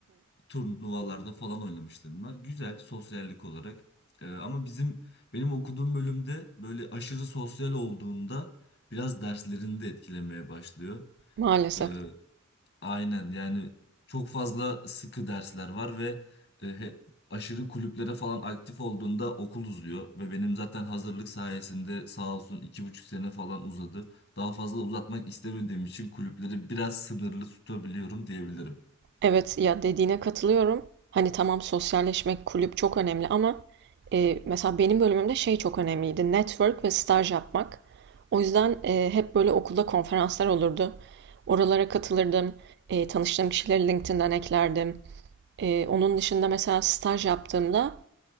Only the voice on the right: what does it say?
<laughs> Maalesef.
Evet ya dediğine katılıyorum. Hani tamam sosyalleşmek, kulüp çok önemli ama e, mesela benim bölümümde şey çok önemliydi. Network ve staj yapmak. O yüzden e, hep böyle okulda konferanslar olurdu. Oralara katılırdım. E, tanıştığım kişileri LinkedIn'den eklerdim. E, onun dışında mesela staj yaptığımda